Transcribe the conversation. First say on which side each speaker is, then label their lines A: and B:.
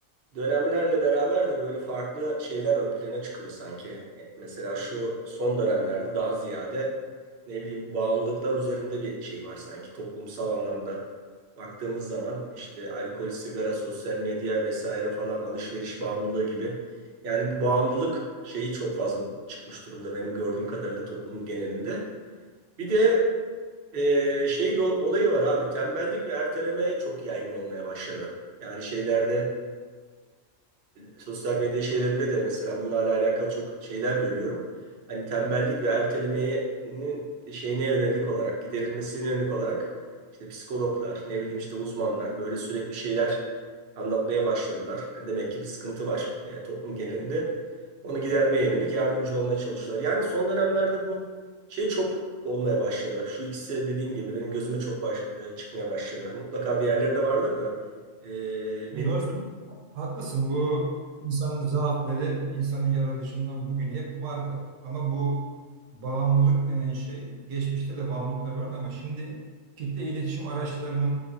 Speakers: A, on the right; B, on the right.
A: Dönemlerle beraber de böyle farklı şeyler ön plana çıkıyor sanki. E, Mesela şu son dönemlerde daha ziyade ne bileyim bağımlılıklar üzerinde bir şey var sanki toplumsal anlamda. Baktığımız zaman işte alkol, sigara, sosyal medya vesaire falan alışveriş bağımlılığı gibi. Yani bu bağımlılık şeyi çok fazla çıkmış durumda benim gördüğüm kadarıyla toplum genelinde. Bir de ee, şey de, olayı var abi tembellik ve erteleme çok yaygın olmaya başladı. Yani şeylerde e, sosyal medya şeylerinde de mesela bunlarla alakalı çok şeyler görüyorum. Hani tembellik ve ertelemenin şeyine yönelik olarak giderilmesine yönelik olarak işte psikologlar ne bileyim işte uzmanlar böyle sürekli şeyler anlatmaya başladılar. Hani demek ki bir sıkıntı var e, toplum genelinde. Onu gidermeye yönelik yardımcı olmaya çalışıyorlar. Yani son dönemlerde bu şey çok olmaya başladı. Şu ikisi dediğim gibi benim gözüme çok baş, e, çıkmaya başladı. Mutlaka diğerleri de vardır da e,
B: Dostum
A: benim
B: haklısın bu insanın zaafları insanın yaratılışından bugün hep vardı ama bu bağımlılık denen şey geçmişte de bağımlılıklar vardı ama şimdi kitle iletişim araçlarının